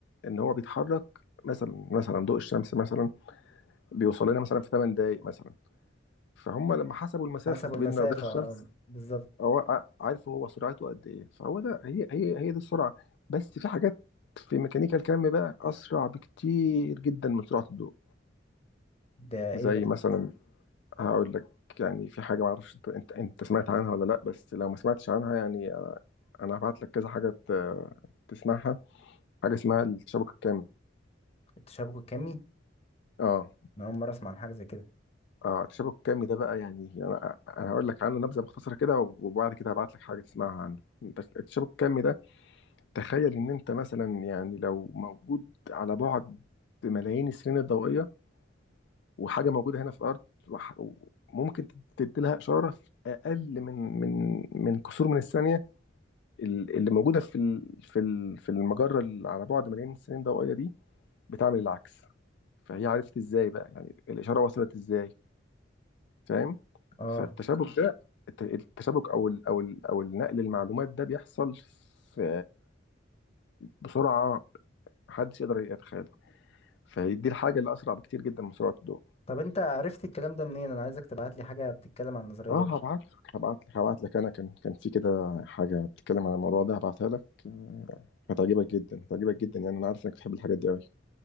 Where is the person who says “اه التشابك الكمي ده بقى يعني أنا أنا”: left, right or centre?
Left